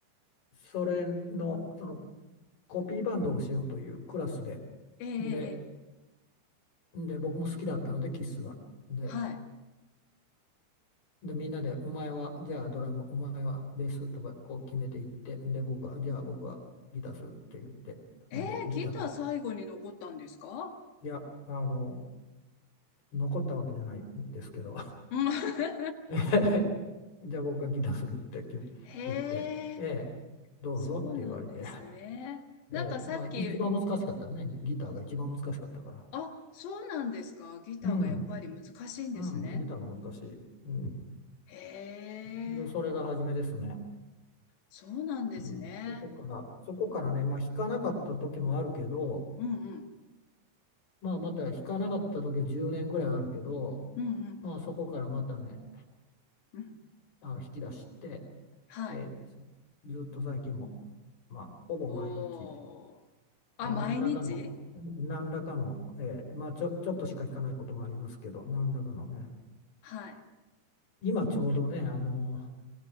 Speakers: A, on the left; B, on the left.
A: それの、そのコピーバンドをしようというクラスで、
B: ええええ
A: で、で僕も好きだったので、キスが。で、
B: はい。
A: でみんなで、お前はじゃあドラム、お前はベースとかこう決めていって、で、僕は、じゃあ僕はギターするって言って、
B: ええギター最後に残ったんですか
A: で、ギター買って、いや、あの、残ったわけじゃないんですけど、
B: うん。<laughs>
A: <laughs> ええじゃあ僕がギターするって君言って、
B: へえ、
A: ええ、どうぞって言われて、
B: そうなんですね。なんかさっき、
A: ええ、まあ一番難しかったね、ギターが一番難しかったから。
B: あ、そうなんですか。ギターがやっぱり難しいんですね。
A: うん、うん、ギターが難しい。うん、
B: へえ、
A: で、それが初めですね。
B: そうなんですね。
A: うん、そこから、そこからね、まあ、弾かなかった時もあるけど、
B: うんうん。
A: まあ、また弾かなかった時は10年ぐらいあるけど、
B: うんうん
A: まあ、そこからまたね、
B: うん。
A: あの弾き出して、
B: はい。
A: えーずっと最近も、まあ、ほぼ毎日、
B: おー。あ、
A: えー何らかの、
B: 毎日
A: 何らかの、えーまあ、ちょ、ちょっとしか弾かないこともありますけど、何らかのね、
B: はい。
A: 今ちょうどね、あの、